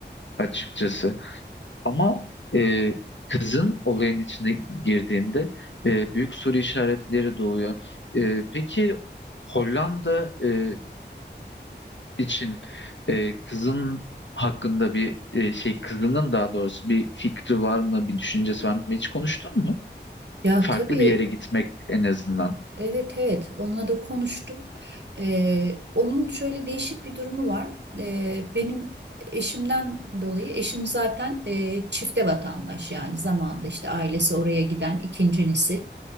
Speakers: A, on the left; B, on the right.
A: açıkçası. Ama e, kızın olayın içine girdiğinde e, büyük soru işaretleri doğuyor. E, peki Hollanda e, için e, kızın hakkında bir e, şey, kızının daha doğrusu bir fikri var mı, bir düşüncesi var mı? Hiç konuştun mu?
B: Ya
A: Farklı
B: tabii
A: bir yere gitmek en azından.
B: evet evet onunla da konuştum. Ee, onun şöyle değişik bir durumu var. Ee, benim eşimden dolayı eşim zaten e, çifte vatandaş yani zamanında işte ailesi oraya giden ikincisi.